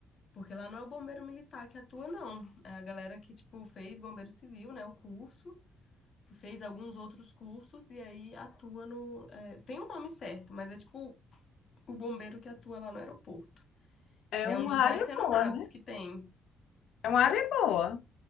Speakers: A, on the left; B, on the left.
A: Porque lá não é o bombeiro militar que atua, não. É a galera que, tipo, fez bombeiro civil, né, o curso, fez alguns outros cursos e aí atua no. é, tem o nome certo, mas é tipo o bombeiro que atua lá no aeroporto,
B: É
A: que
B: uma
A: é um dos
B: área
A: mais renomados
B: boa, né?
A: que tem.
B: É uma área boa.